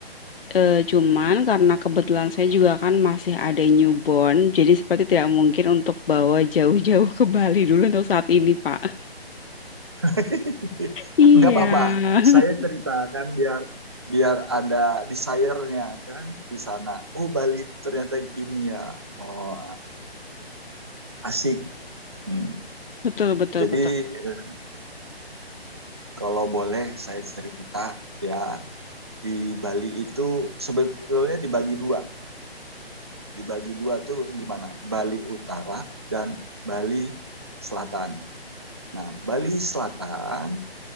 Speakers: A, on the left; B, on the right.
A: Eh, cuman karena kebetulan saya juga kan masih ada newborn, jadi seperti tidak mungkin untuk bawa jauh-jauh ke Bali dulu untuk saat ini Pak.
B: <laughs>
A: Iya,
B: Nggak apa-apa,
A: <laughs>
B: saya ceritakan biar biar ada desire-nya kan di sana. Oh Bali ternyata gini ya. Oh asik. Hmm.
A: betul betul
B: Jadi
A: betul.
B: eh, kalau boleh saya cerita ya di Bali itu sebetulnya dibagi dua. Dibagi dua tuh gimana? Bali Utara dan Bali Selatan. Nah, Bali Selatan